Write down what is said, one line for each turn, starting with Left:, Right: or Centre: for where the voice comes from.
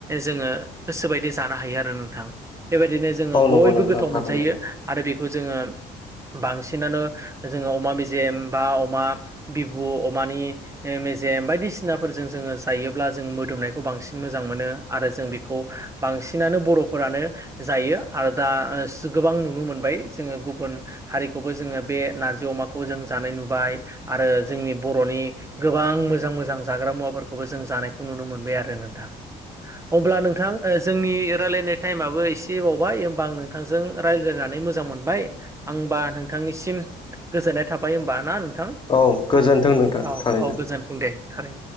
Right: जोङो गोसो बायदि जानो हायो आरो नोंथां बेबायदिनो जोङो
Left: औ
Right: बयबो
Left: नंगौ नोंथां
Right: गोथाव
Left: थारैनो
Right: मोनजायो आरो बेखौ जोङो बांसिनानो जोङो अमा मेजेम बा अमा बिबु अमानि मेजेम बायदिसिनाफोरजों जोङो जायोब्ला जोङो मोदोमनायखौ बांसिन मोजां मोनो आरो जों बेखौ बांसिनानो बर'फोरानो जायो आरो दा गोबां नुनो मोनबाय जोङो गुबुन हारिखौबो जोङो बे नारजि अमाखौ जों जानाय नुबाय आरो जोंनि बर'नि गोबां मोजां मोजां जाग्रा मुवाफोरखौबो जों जानायखौ नुनो मोनबाय आरो नोंथां अब्ला नोंथां ओ जोंनि रायलायनाय टाइमाबो एसे बावबाय होमबा आं नोंथांजों रायज्लायनानै मोजां मोनबाय। आंबा नोंथांनिसिम गोजोननाय थाबाय होमबा ना नोंथां
Left: औ गोजोन्थों नोंथां
Right: औ
Left: थारैनो
Right: औ गोजोन्थों दे थारै।